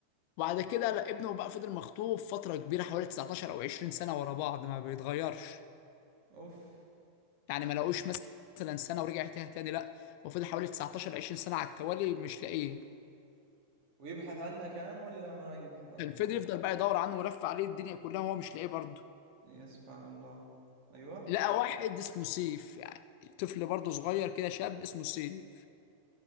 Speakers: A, on the left; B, on the right.
A: وبعد كده لا ابنه بقى فضل مخطوف فتره كبيره حوالي 19 او 20 سنه ورا بعض ما بيتغيرش
B: اوف
A: يعني ما لقوش مثلا سنه ورجع تاني تاني لا وفضل حوالي 19 20 سنه على التوالي مش لاقيه
B: ويبحث عنه كان ولا ما يبحث عنه
A: كان فضل يفضل بقى يدور عنه ولف عليه الدنيا كلها وهو مش لاقيه برضه
B: يا سبحان الله ايوه
A: لقى واحد اسمه سيف يعني طفل برضه صغير كده شاب اسمه سيف